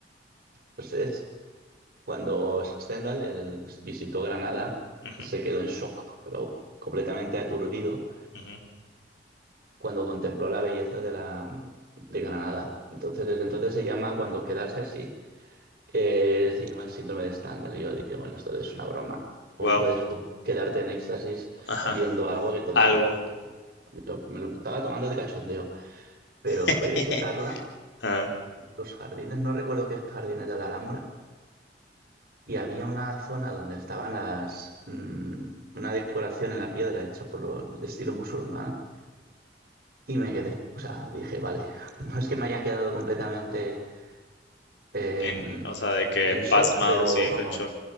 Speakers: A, on the right (about 55°); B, on the left (about 75°).
A: Pues es cuando Stendhal él visitó Granada
B: Ujú,
A: y se quedó en shock, pero completamente aturdido
B: ujú.
A: cuando contempló la belleza de la de Granada. Entonces, desde entonces se llama, cuando quedarse así, eh, se llama el síndrome de Stander. Y yo digo, bueno, esto es una broma. ¿Cómo
B: Wow,
A: puedes tú quedarte en éxtasis
B: ajá,
A: viendo algo que total,
B: algo,
A: yo me lo estaba tomando de cachondeo? Pero
B: <laughs>
A: fue visitarla,
B: ah,
A: los jardines, no recuerdo qué jardines de la Alhambra, y había una zona donde estaban las, mm, una decoración en la piedra hecha por lo de estilo musulmán, y me quedé, o sea, dije, vale, <laughs> no es que me haya quedado completamente eh,
B: en- o sea, de que
A: en shock,
B: pasmado,
A: pero
B: sí,
A: vamos,
B: con shock,